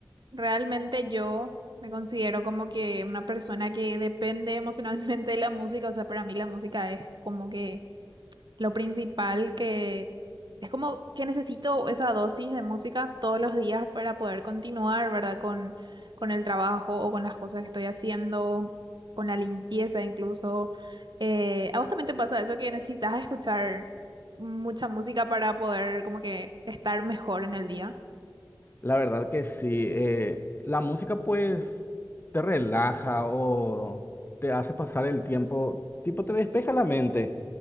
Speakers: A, on the right; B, on the left.
A: realmente yo me considero como que una persona que depende emocionalmente de la música, o sea, para mí la música es como que lo principal que es como que necesito esa dosis de música todos los días para poder continuar, ¿verdad? Con, con el trabajo o con las cosas que estoy haciendo, con la limpieza incluso. Eh, ¿a vos también te pasa eso que necesitas escuchar mucha música para poder como que estar mejor en el día?
B: La verdad que sí. eh, la música pues te relaja o te hace pasar el tiempo, tipo te despeja la mente.